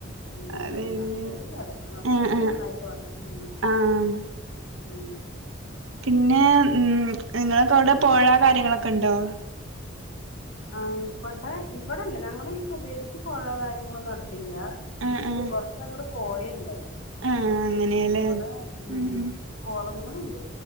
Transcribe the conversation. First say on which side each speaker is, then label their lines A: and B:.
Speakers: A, on the left; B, on the right.
A: ഉം
B: അതെല്ലേ
A: ഹസ്ബാൻഡ് പാടും ഹസ്ബന്ഡ്
B: ആഹ് ആഹ്
A: നന്നായിപാടും ഉം..
B: ആഹ്
A: ഉം
B: പിന്നെ ഉം നിങ്ങക്ക് അവിടെ പോഴ കാര്യങ്ങളൊക്കെ ഉണ്ടോ
A: ആ ഇവടെ ഇവിടെല്ലേ ഞങ്ങടെ ഈ പ്രദേശത്ത് പോഴ കാര്യങ്ങളൊന്നും അടുത്ത ല്ല്യ
B: ആഹ്
A: ഇണ്ട്
B: ആഹ്
A: കൊറച്ച അങ്ങട് പോയണ്ട്
B: ആഹ് അങ്ങനെയല്ലേ
A: ഉ ഇവിടെ ഉ
B: ഉം ഉം
A: കോളങ്ങള്ണ്ട്